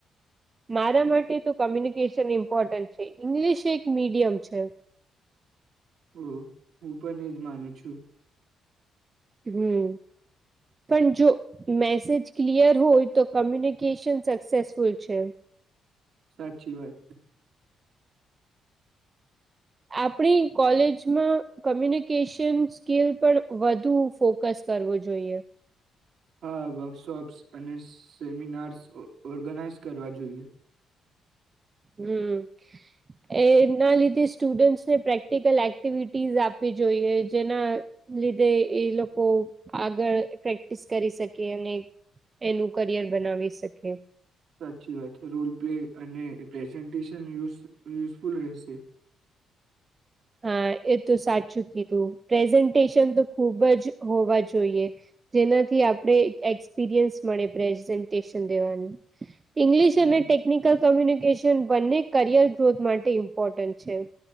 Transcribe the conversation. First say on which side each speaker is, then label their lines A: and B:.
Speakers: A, on the right; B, on the right.
A: મારા માટે તો કમ્યુનિકેશન ઇમ્પોર્ટન્ટ છે ઇંગ્લિશ એક મીડિયમ છે.
B: ઓ હું પણ એ જ માનું છું.
A: હમ પણ જો મેસેજ ક્લિયર હોય તો કમ્યુનિકેશન સક્સેસફુલ છે
B: સાચી વાત
A: આપણી કોલેજમાં કમ્યુનિકેશન સ્કીિલ પર વધુ ફોકસ કરવું જોઈએ
B: હા વર્કશોપ્સ અને સેમિનાર્સ ઓર્ગેનાઇઝ કરવા જોઈએ
A: હમ એના લીધે સ્ટુડન્ટસને પ્રેક્ટિકલ એક્ટિવિટીઝ આપવી જોઈએ જેના લીધે એ લોકો આગળ પ્રેક્ટિસ કરી સકે અને એનું કરિયર બનાવી સકે
B: સાચી વાત રોલ પ્લે અને પ્રેઝન્ટેશનય યુઝ યુઝફુલ રહેશે
A: હા એ તો સાચું કીધું પ્રેઝન્ટેશન તો ખુબ જ હોવા જોઈએ જેનાથી આપણે એક્સપિરિયન્સ મળે પ્રેઝન્ટેશન દેવાનુ ઇંગ્લિશ
B: હમ,
A: અને ટેકનિકલ કમ્યુનિકેશન બંને કરિયર ગ્રોથ માટે ઇમ્પોર્ટન્ટ છે